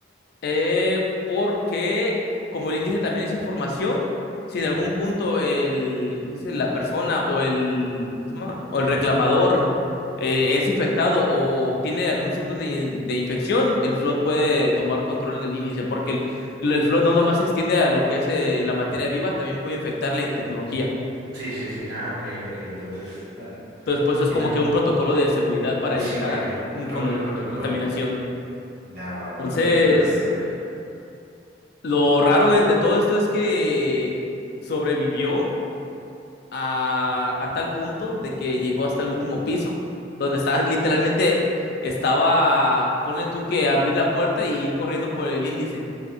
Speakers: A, on the left; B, on the right.
A: Eh, porque como el índice también es información, si en algún punto el, ¿cómo se dice? la persona o el, ¿cómo se llama? o el reclamador eh, es infectado o tiene algún signo de, de infección, el flood puede tomar control del índice, porque el, el, el flood no nomás se extiende a lo que es eh, la materia viva, también puede infectar la tecnología.
B: Sí, sí, sí. Ah, ok, ok. Entonces, bueno,
A: Entonces, pues es
B: tiene,
A: como que un protocolo de seguridad para
B: sí,
A: evitar
B: vaya,
A: mm,
B: un propio
A: con,
B: protocolo.
A: contaminación.
B: Ya, va, va,
A: Entonces...
B: va. Continúa, continúa.
A: Lo raro de, de todo esto es que sobrevivió a, a tal punto de que llegó hasta el último piso, donde estaba literalmente, estaba, pone tú que abrir la puerta y ir corriendo por el índice.